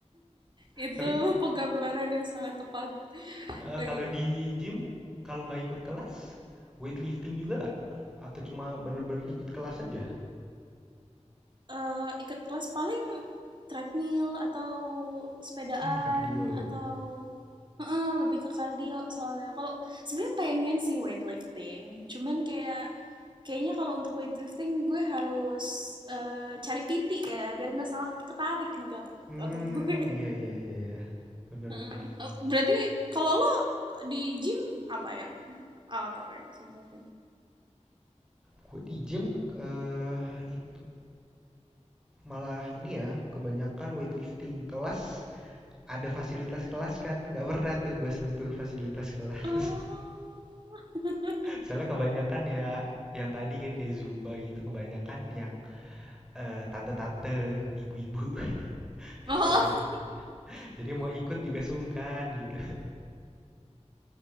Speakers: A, in the centre; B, on the right.
A: <laughs>
B: itu
A: Tapi
B: penggambaran yang sangat tepat oke
A: eh,
B: Okay.
A: kalau di gym kalau nggak ikut kelas, weightlifting juga nggak? Atau cuma bener-bener ikut kelas aja?
B: eh, ikut kelas paling treadmill atau sepedaan
A: Hmm, kardio.
B: atau Heeh, lebih ke kardio soalnya. Kalau sebenarnya pengen sih weightlifting, cuman kayak kayaknya kalau untuk weightlifting gue harus eh, cari PT ya, biar nggak salah ketarik nanti otot
A: Hmm,
B: otot gue.
A: iya iya iya iya.
B: <laughs>
A: Bener-bener.
B: Heeh. Berarti kalau lo di gym apa yang alat apa yang sering lo lakuin?
A: Gue di gym eh it- malah ini ya, kebanyakan weightlifting kelas ada fasilitas kelas kan nggak pernah tuh gue sentuh fasilitas kelas
B: Oh. <laughs>
A: <laughs> soalnya kebanyakan ya yang tadi kan kayak zumba gitu kebanyakan yang eh, tante-tante ibu-ibu <laughs>
B: Oh,
A: kebany jadi mau ikut juga sungkan gitu